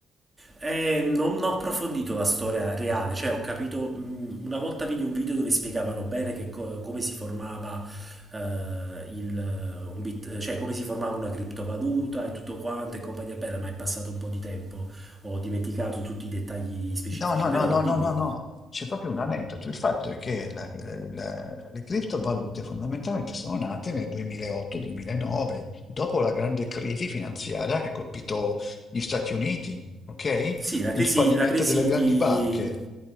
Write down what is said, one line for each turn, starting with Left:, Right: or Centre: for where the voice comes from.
Right: E non ho approfondito la storia reale, cioè ho capito, mh, una volta vidi un video dove spiegavano bene che co- come si formava eh, il, eh, un bit- cioè come si formava una criptovaluta e tutto quanto e compagnia bella, ma è passato un po' di tempo, ho dimenticato tutti i dettagli specifici,
Left: No, no,
Right: però
Left: no, no,
Right: dimmi.
Left: no, no, no. C'è proprio un aneddoto. Il fatto è che la- la- la- le criptovalute fondamentalmente sono nate nel 2008-2009, dopo la grande crisi finanziaria che ha colpito gli Stati Uniti, ok?
Right: Sì, la
Left: Il
Right: crisi,
Left: fallimento
Right: la crisi
Left: delle grandi
Right: di...
Left: banche.